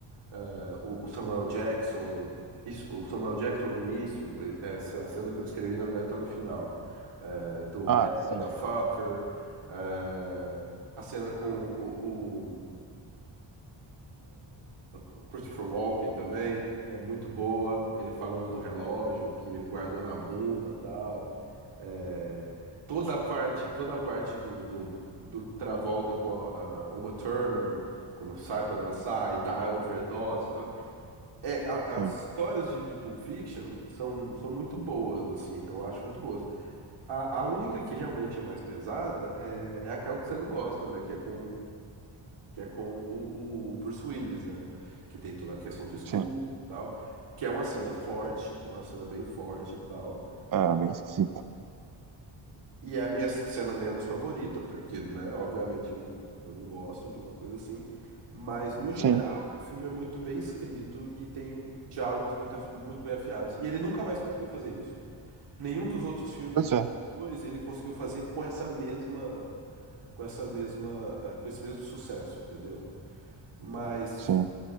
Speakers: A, on the right (about 85°); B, on the right (about 40°).
A: eh, o, o Samuel Jackson, isso, o Samuel Jackson no início, e- essa cena que eu descrevi, na verdade, está no final, eh, do
B: Ah,
A: Bad
B: sim.
A: Motherfucker, eh, a cena com o, O Christopher Walken também é muito boa. Ele falando do relógio que ele guardou na bunda, tal. É, toda a parte, toda a parte do, do, do Travolta com a, a Uma Thurman quando sai pra dançar e dá overdose. e tal. É, a-
B: Sim.
A: as histórias de, de Pulp Fiction são, são muito boas, assim. Eu acho muito boas. A, a única que realmente é mais pesada é, é aquela que você não gosta, né? Que é com que é com o, o Bruce Willis, né? Que tem toda a questão do estupro
B: Sim.
A: e tal, que é uma cena forte, é uma cena bem forte e tal.
B: Ah, bem esquisito.
A: E é a minha cena menos favorita, porque, né, obviamente eu não, eu não gosto de uma coisa assim. Mas, no geral,
B: Sim.
A: o filme é muito bem escrito e tem diálogos muito, af- muito bem afiados. E ele nunca mais conseguiu fazer isso. Nenhum dos outros filmes,
B: Pois é.
A: pois, ele conseguiu fazer com essa mesma, com essa mesma, eh, com esse mesmo sucesso, entendeu? Mas
B: Sim.